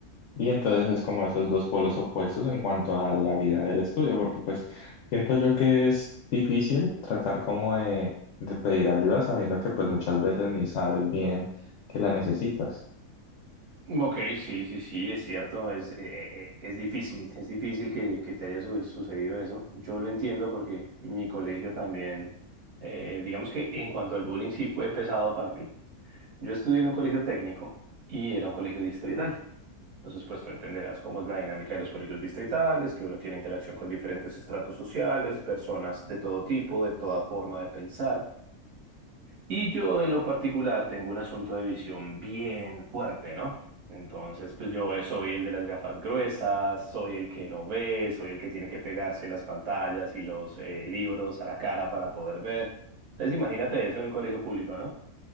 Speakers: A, on the left; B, on the right.
A: y entonces es como esos dos polos opuestos en cuanto a la vida del estudio, porque pues siento yo que es difícil tratar como de, de pedir ayuda sabiendo que pues muchas veces ni sabes bien que la necesitas.
B: Ok, sí, sí, sí, es cierto, es, eh, eh, es difícil, es difícil que, que te haya su- sucedido eso. Yo lo entiendo porque mi colegio también, eh, digamos que en cuanto al bullying sí fue pesado para mí. Yo estudié en un colegio técnico y era un colegio distrital. Entonces, pues tú entenderás cómo es la dinámica de los colegios distritales, que uno tiene interacción con diferentes estratos sociales, personas de todo tipo, de toda forma de pensar. Y yo en lo particular tengo un asunto de visión bien fuerte, ¿no? Entonces, pues yo soy el de las gafas gruesas, soy el que no ve, soy el que tiene que pegarse las pantallas y los eh, libros a la cara para poder ver. Entonces, imagínate eso en un colegio público, ¿no?